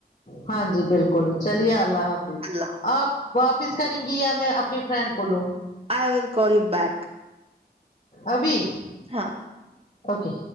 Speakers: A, on the left; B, on the right.
A: ہاں جی بالکل چلیے اللہ حافظ
B: اللہ
A: آپ واپس کریں گی یا میں اپنی فرینڈ کو لوں
B: آئی ول کال یو بیک
A: ابھی
B: ہاں
A: اوکے